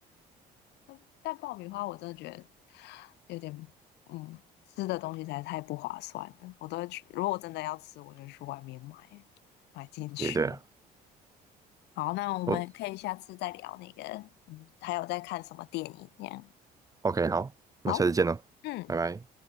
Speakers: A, on the left; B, on the right.
A: <laughs> 但爆米花我真的觉得有点，嗯，吃的东西实在太不划算了。我都会去，如果我真的要吃，我就去外面买买进去。
B: 也对了。
A: 好，那我们可以下次再聊那个，
B: 哦
A: 嗯，还有在看什么电影这样。
B: ，OK，好，那下次见喽，
A: 好，嗯。
B: 拜拜。